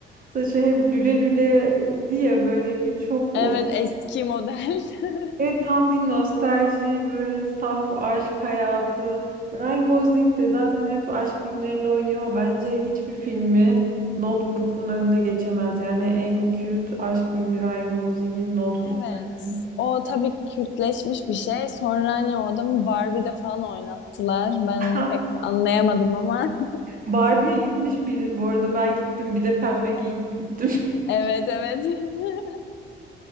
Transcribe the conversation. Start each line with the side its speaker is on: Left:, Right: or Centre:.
Right: saçı hep lüle lüle diye böyle bir çok
Left: Evet
Right: of.
Left: eski model. <laughs>
Right: Evet tam bir nostalji böyle saf aşk hayatı. Ryan Gosling de zaten hep aşk filmlerinde oynuyor ama bence hiçbir filmi Notebook'un önüne geçemez. Yani en kült aşk filmi Ryan Gosling'in Notebook
Left: Evet.
Right: bence.
Left: O tabii kültleşmiş bir şey. Sonra hani o adamı Barbie'de falan oynattılar. Ben
Right: <laughs>
Left: onu pek anlayamadım ama. <laughs>
Right: Barbie'ye gitmiş miydin? Bu arada ben gittim. Bir de pembe giyinip gittim. <laughs>
Left: Evet evet. <laughs>